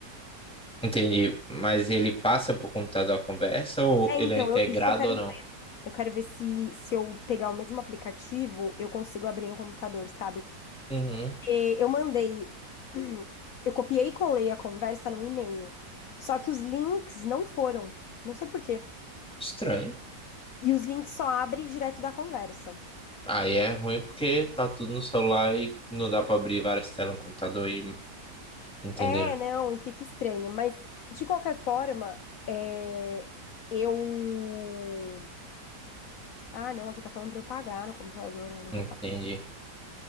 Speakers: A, in the centre; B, on the left.
A: Entendi. Mas ele passa pro computador a conversa ou
B: É,
A: ele
B: então,
A: é integrado
B: eu- isso que eu quero
A: ou não?
B: ver. Eu quero ver se, se eu pegar o mesmo aplicativo, eu consigo abrir no computador, sabe?
A: Uhum.
B: Porque eu mandei. <clears throat> Eu copiei e colei a conversa no e-mail. Só que os links não foram. Não sei por quê.
A: Estranho.
B: E os links só abrem direto da conversa.
A: Aí é ruim porque tá tudo no celular e não dá pra abrir várias telas no computador e entenderam.
B: É, não, e fica estranho. Mas, de qualquer forma, é, eu. Ah, não, aqui tá falando pra eu pagar no computador, mas eu não
A: Entendi.
B: vou pagar.